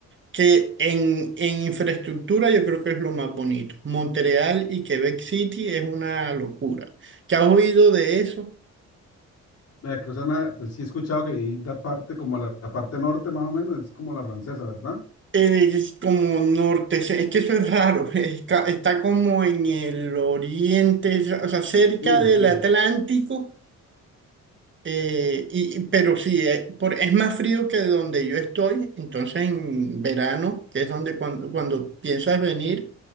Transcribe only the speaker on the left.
Vea que, o sea, una- pues sí he escuchado que hay la parte, como la, la parte norte más o menos, es como la francesa, ¿verdad?
Sí,
sí.